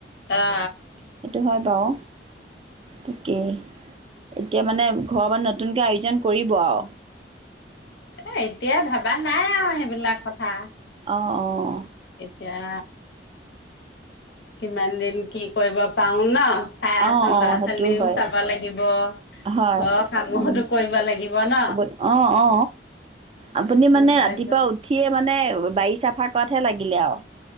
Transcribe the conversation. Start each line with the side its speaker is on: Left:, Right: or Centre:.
Left: অ
Right: সেইটো হয় বাও তাকে এতিয়া মানে ঘৰ বা নতুনকে আয়োজন কৰিব আৰু
Left: এ এতিয়া ভাবা নাই আৰু সেইবিলাক কথা
Right: অ অ
Left: এতিয়া কিমান দিন কি কৰিব পাউ ন চাই আছো
Right: অ অ
Left: ল'ৰা
Right: সেইটো
Left: ছোৱালীও
Right: হয়
Left: চাব
Right: হয়
Left: লাগিব
Right: হয়
Left: ঘৰৰ কামতো
Right: উ
Left: কৰিব লাগিব ন
Right: কব অ অ আপুনি
Left: কি
Right: মানে
Left: হয়
Right: ৰাতিপুৱা উঠিয়ে মানে বাৰী চাফা কৰাতহে লাগিলে আও